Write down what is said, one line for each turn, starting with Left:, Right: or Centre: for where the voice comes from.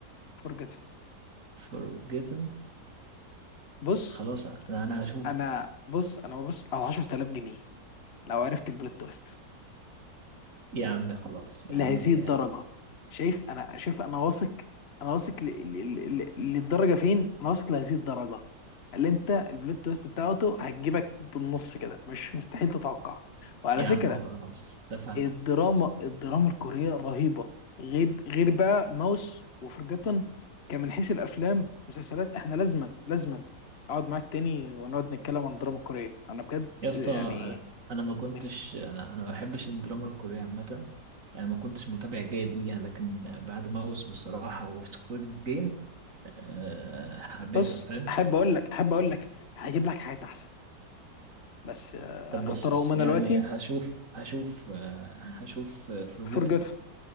Left: فورجيت
Right: Forgotten
Left: بص
Right: خلاص انا أنا هشوفه
Left: انا بص انا ببص على 10000 جنيه لو عرفت البلوت تويست
Right: يا عم خلاص يعني
Left: لهذه الدرجة شايف انا شايف انا واثق انا واثق ل- ل- ل- للدرجة فين انا واثق لهذه الدرجة اللي انت البلوت تويست بتاعته هتجيبك بالنص كده مش مستحيل تتوقع وعلى
Right: يا
Left: فكرة
Right: عم خلاص اتفقنا
Left: الدراما الدراما الكورية رهيبة غير غير بقى ماوس وفرجتن كان من حيث الافلام مسلسلات احنا لازما لازما اقعد معاك تاني ونقعد نتكلم عن الدراما الكورية انا بجد
Right: يا اسطى
Left: يعني
Right: انا أنا ما كنتش
Left: من
Right: انا أنا ما بحبش الدراما الكورية عامة يعني ما كنتش متابع جيد ليها لكن بعد ماوس بصراحة وسكويد جيم أه حبيتها
Left: بص
Right: فاهم
Left: احب اقول لك احب اقول لك هجيب لك حاجات احسن بس آه،
Right: طب
Left: انا
Right: بص
Left: هضطر اقوم انا
Right: يعني
Left: دلوقتي
Right: هشوف هشوف آه، هشوف آه، فلوجيت
Left: فرجت